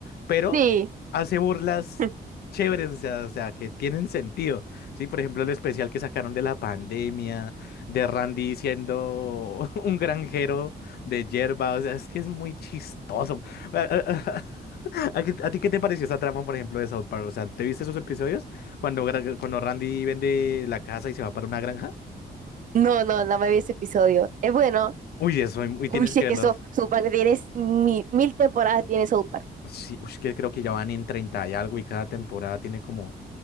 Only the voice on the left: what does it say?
pero
hace burlas
chéveres, o sea, o sea, que tienen sentido, ¿sí? Por ejemplo, el especial que sacaron de la pandemia, de Randy siendo <laughs> un granjero de hierba, o sea, es que es muy chistoso. <laughs> ¿A, qué- a ti qué te pareció esa trama, por ejemplo, de South Park? O sea, ¿te viste esos episodios cuando, gra- cuando Randy vende la casa y se va para una granja?
Uy, eso, y y
tienes
que verlos.
Sí, uy, que creo que ya van en 30 y algo y cada temporada tiene como